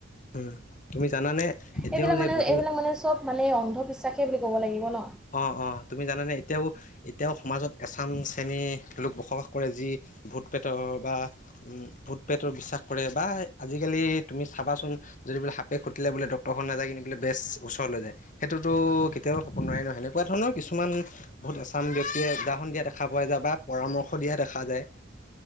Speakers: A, on the left; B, in the centre.
A: উম তুমি জানানে। এতিয়াও
B: এইবিলাক
A: যে
B: মানে
A: বহু
B: এইবিলাক মানে চব মানে অন্ধবিশ্বাসেই বুলি ক'ব লাগিব ন।
A: অ অ তুমি জানে এতিয়াওঁ এতিয়াও সমাজত এচাম শ্ৰেণীৰ লোক বসবাস কৰে যি ভূত প্ৰেতৰ বা ভূত প্ৰেতৰ বিশ্বাস কৰে বা আজিকালি তুমি চাবাচোন। যদি বোলে সাপে, খুটিলে বোলে ডক্তৰৰ ঘৰলৈ নাযায় কিনে বোলে বেজৰ ওচৰলৈ যায়। সেইটোতো কেতিয়াও হ'ব নোৱাৰে নহয়। এনেকুৱা ধৰণৰ কিছুমান। বহুত এছাম ব্যক্তিয়ে উদাহৰণ দিয়া দেখা পোৱা যায় বা পৰামৰ্শ দিয়া দেখা যায়।